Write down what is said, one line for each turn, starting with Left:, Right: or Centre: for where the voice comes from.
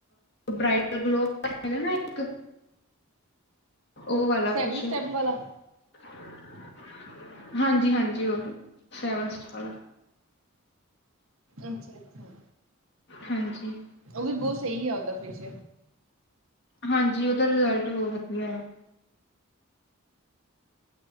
Left: ਸਪਰੈਡ ਗਲੋ ਕਰ ਕੇ ਨਾ ਇੱਕ ਉਹ ਵਾਲਾ
Right: ਸੈਵਨ
Left: ਕੁਛ
Right: ਸਟੈਪ ਵਾਲਾ
Left: <unintelligible> ਹਾਂਜੀ ਹਾਂਜੀ ਉਹ ਸੇਵਨ ਸਟਾਰ
Right: ਅੱਛਾ- ਅੱਛਾ
Left: ਹਾਂਜੀ
Right: ਉਹ ਵੀ ਬਹੁਤ ਸਹੀ ਆ ਉਹਦਾ ਫਿਰਸ਼
Left: ਹਾਂਜੀ ਉਹਦਾ ਰਿਜ਼ਲਟ ਬਹੁਤ ਵਧੀਆ ਹੈ